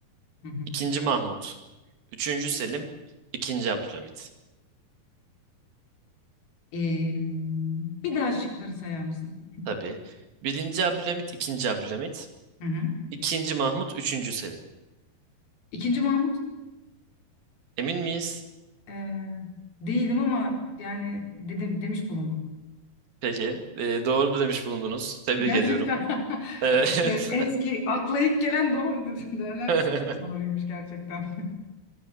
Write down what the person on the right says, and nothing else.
ikinci Mahmut. Üçüncü Selim. ikinci Abdülhamit.
Tabii. Birinci Abdülhamit, ikinci Abdülhamit.
ikinci Mahmut, üçüncü Selim.
Emin miyiz?
Peki. e, doğru demiş bulundunuz. Tebrik
ediyorum.
Evet.
<laughs>